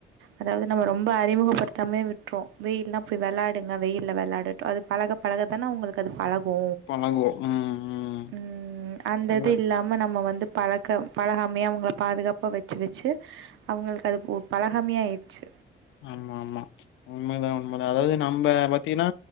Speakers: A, on the right; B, on the left.
A: அதாவது நம்ம ரொம் ப அறிமுகப்படுத்தாமயே விட் றொ வெயில்னா போய் வெளாடுங்க வெயில்ல வெளாடட்டு அது பழகப் பழக தான உங்களுக்கு அது பழ கு
B: பழகுவோ ம் ம்
A: ம் அந்த
B: அதா
A: இது இல்லாம நம்ம வந்து பழக்கம் பழகாமையே அவ்ங்கள பாதுகாப்பா வச்சு வச்சு அவ்ங்களுக்கு அது உ பழஹாமையா ஆயிர்ச்சி
B: ஆமா ஆமா உண்மைதா உண்மைதா அதாவது நம்ம பாத்தீகன்னா